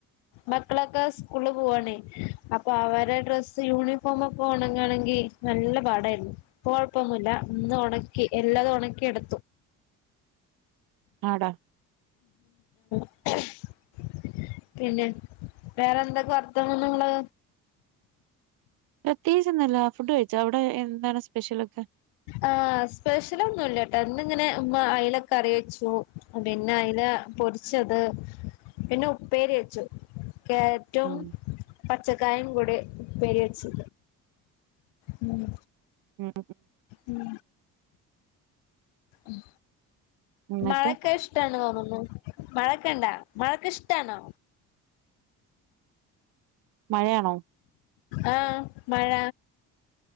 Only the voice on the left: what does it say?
മക്കളൊക്കെ സ്കൂളിൽ പോവാണേയ്, അപ്പൊ അവരെ ഡ്രസ്സ് യൂണിഫോമൊക്കെ ഒണങ്ങണെങ്കിൽ നല്ല പാടായിരുന്നു. ഇപ്പോ കൊഴപ്പൊന്നുല്ല. ഇന്ന് ഒണക്കി, എല്ലതു ഒണക്കി എട്
<unintelligible> പിന്നെ വേറെന്തൊക്കെ വർത്താന ങ്ങള്?
ആ സ്പെഷ്യൽ ഒന്നുല്ലട്ടോ ഇന്ന് ഇങ്ങനെ ഉമ്മ അയ്ല കറി വെച്ചു. പിന്നെ, അയില പൊരിച്ചത്. പിന്നെ, ഉപ്പേരി വെച്ചു. കേരറ്റും
പച്ചക്കായേം കൂടി ഉപ്പേരി വെച്ച്. ഉം
ഉം ഉം
മഴക്കെ ഇഷ്ട്ടാണ് തോന്നുന്നു. മഴക്കെ ണ്ടാ മഴക്കെ ഇഷ്ടാണോ?
ആഹ് മഴ,